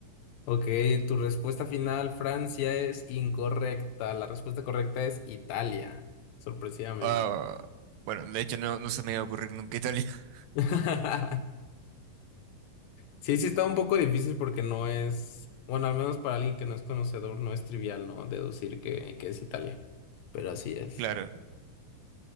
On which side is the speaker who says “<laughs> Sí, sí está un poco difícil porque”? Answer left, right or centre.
Left